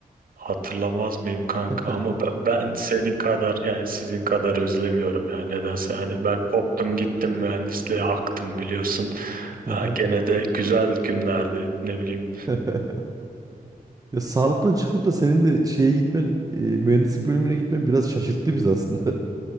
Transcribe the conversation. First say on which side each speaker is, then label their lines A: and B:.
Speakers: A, on the right; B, on the right.
A: hatırlamaz mıyım kanka?
B: <laughs>
A: Ama ben, ben senin kadar yani sizin kadar özlemiyorum ya. Nedense hani ben koptum gittim mühendisliğe aktım biliyorsun. Ha,
B: Aha.
A: gene de güzel günlerdi. Ne bileyim
B: <laughs> Ya sağlıktan çıkıp da senin de şeye gitmen, e, mühendislik bölümüne gitmen biraz şaşırttı bizi aslında.